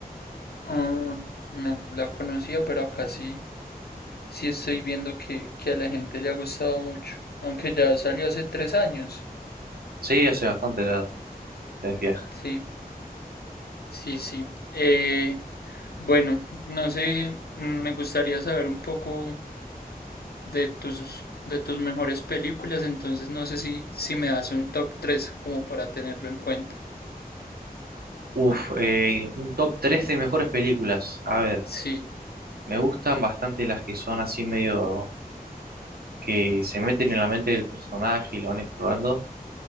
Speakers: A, on the left; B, on the right.
A: ah, no, no la conocía, pero acá sí. Sí estoy viendo que, que a la gente le ha gustado mucho. Aunque ya salió hace tres años.
B: Sí, hace bastante la, la es vieja.
A: Sí, sí, sí. Eh, bueno, no sé, mm, me gustaría saber un poco. de tus, de tus mejores películas, entonces no sé si, si me das un top 3 como para tenerlo en cuenta.
B: Uf, eh, un top 3 de mejores películas. A ver,
A: Sí,
B: me gustan bastante las que son así medio que se meten en la mente del personaje y lo van explorando